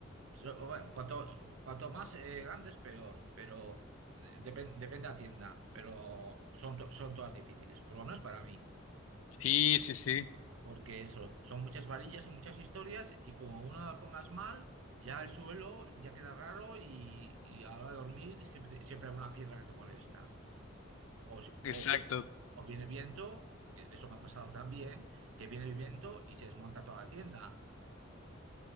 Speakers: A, on the right; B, on the left.
A: So- bueno, cuanto, cuanto más eh, grandes, peor, pero eh, depen- depende de la tienda, pero son, to- son todas difíciles, por lo menos para mí,
B: Sí, sí, sí,
A: porque eso, son muchas varillas y muchas historias y como una la pongas mal, ya el suelo ya queda raro y, y a la hora de dormir siempre, te- siempre hay una piedra que te molesta. O, si-
B: exacto.
A: o, bien- o viene viento, que eso me ha pasado también, que viene el viento y se desmonta toda la tienda.